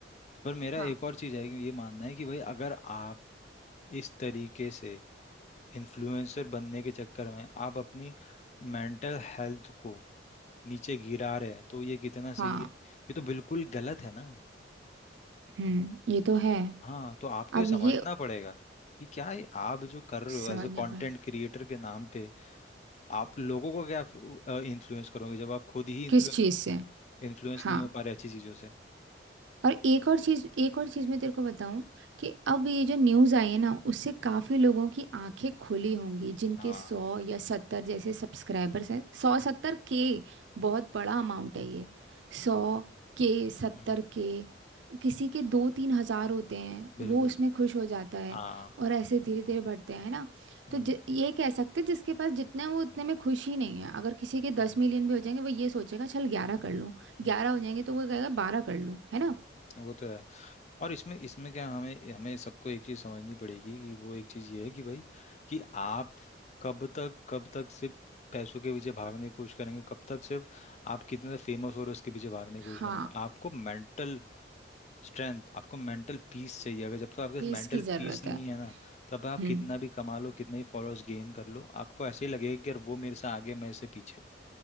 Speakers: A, on the left; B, on the right.
A: पर मेरा
B: हाँ
A: एक और चीज़ है कि ये मानना है कि भाई अगर आप इस तरीके से इन्फ्लुएंसर बनने के चक्कर में आप अपनी मेंटल हेल्थ को नीचे गिरा रहे हैं तो ये कितना सही
B: हाँ
A: है ये तो बिल्कुल गलत है ना
B: हम्म ये तो है
A: हाँ तो आपको
B: अब
A: ये समझना
B: ये
A: पड़ेगा कि क्या ये आप जो कर रहे
B: समझना
A: हो एज अ कंटेंट
B: पड़े
A: क्रिएटर के नाम पे आप लोगों को क्या इन्फ्लुएंस करोगे जब आप खुद ही इन्फ्लुएंस
B: किस चीज़ से
A: इन्फ्लुएंस
B: हाँ
A: नहीं हो पा रहे अच्छी चीज़ों से
B: और एक और चीज एक और चीज मैं तेरे को बताऊं कि अब ये जो न्यूज आई है ना उससे काफी लोगों की आंखें खुली होंगी जिनके
A: हाँ
B: सौ या सत्तर जैसे सब्सक्राइबर्स हैं सौ सत्तर के बहुत बड़ा अमाउंट है ये सौ के सत्तर
A: हम्म,
B: के किसी के दो तीन हजार होते हैं
A: बिल्कुल
B: वो उसमें खुश हो जाता है
A: हाँ
B: और ऐसे धीरे धीरे बढ़ते हैं है ना
A: हम्म,
B: तो ज, ये कह सकते हैं जिसके पास जितना है वो उतने में खुश ही नहीं है अगर किसी के
A: हम्म,
B: दस मिलियन भी हो जाएंगे वो ये सोचेगा चल ग्यारह कर लूँ
A: हम्म,
B: ग्यारह हो जाएंगे तो वो कहेगा बारह कर लूँ है ना
A: हम्म, वो तो है और इसमें इसमें क्या हमें हमें सबको एक चीज़ समझनी पड़ेगी कि वो एक चीज़ ये है कि भाई कि आप कब तक कब तक सिर्फ पैसों के पीछे भागने की कोशिश करेंगे कब तक सिर्फ आप कितने फेमस हो रहे हो उसके पीछे भागने की कोशिश
B: हाँ
A: करेंगे आपको मेंटल स्ट्रेंथ आपको मेंटल पीस चाहिए अगर जब तक आपके पास
B: पीस
A: मेंटल
B: की जरूरत
A: पीस नहीं
B: है
A: है ना तब आप
B: हम्म
A: कितना भी कमा लो कितने ही फॉलोअर्स गेन कर लो आपको ऐसे ही लगेगा कि यार वो मेरे से आगे मैं इससे पीछे हूँ